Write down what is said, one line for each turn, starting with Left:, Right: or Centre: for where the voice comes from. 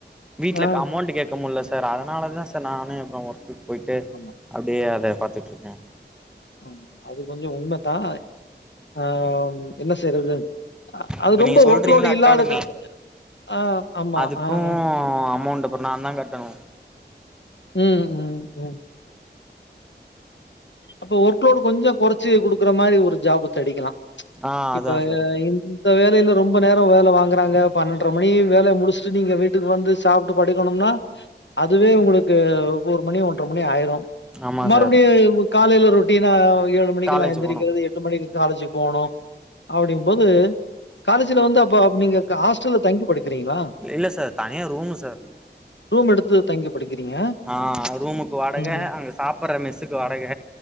Centre: வீட்ல
Left: ஆ
Centre: அமௌண்ட் கேக் பக்கமுல்லை சார் அதனால தான் க்கமுல்ல சார் அதுனாலதா சார் நானே அப்பறோ ஒர்க்குக் பொயிட்டு
Left: ஆமா.
Centre: அப்டியே அத பாத்துட்ருக்கே
Left: ஆம் அது கொஞ்ச உண்மைதா ஆ என்ன செய்றது அ அது
Centre: இப்ப
Left: ரொம்ப
Centre: நீங்க சொல்றீங்கல்ல
Left: ஒர்க்லோடு
Centre: அகாடமி
Left: இல்லாதக்க ஆ ஆமா
Centre: அதுக்கு
Left: ஆ ஆ
Centre: அமௌண்ட் அப்றோ நான்தா கட்டணும்
Left: ம் ம் ம் அப்ப ஒர்க்லோடு் கொஞ்சோ கொறச்சு குடுக்குற மாரி ஒரு ஜாபு தேடிக்கலா
Centre: ஆ அதா
Left: இப்ப
Centre: சார்
Left: இந் இந்த வேலையில ரொம்ப நேரோ வேல வாங்குறாங்க பன்னெண்டரை மணி வேல முடிச்சுட்டு நீங்க வீட்டுக்கு வந்து சாப்புட்டு படிக்கணும்னா அதுவே உங்களுக் ங்க ஒரு மணி ஒன்றரை மணி ஆயிரு
Centre: ஆமா
Left: மறுபடியு
Centre: சார்
Left: இப்ப காலையில ரொட்டினா எழுந் மணிக்கு
Centre: காலேஜ்
Left: எல்லா எந்திரிக்கிறது
Centre: போனு
Left: எட்டு மணிக்கு காலேஜு போனு அப்டிங்கும் போது காலேஜ்ல வந்து அப் ப்ப அப்ப நீங்க ஹாஸ்டல்ல தங்கி படிக்கிறீங்ளா
Centre: இல்ல சார் தனியா ரூமு சார்
Left: ரூம் எடுத்து தங்கி படிக்கிறீங்க
Centre: ஆ ரூமுக்கு வாடக
Left: ம்
Centre: அங்க சாப்புர்ற மெஸ்ஸுக்கு வாடக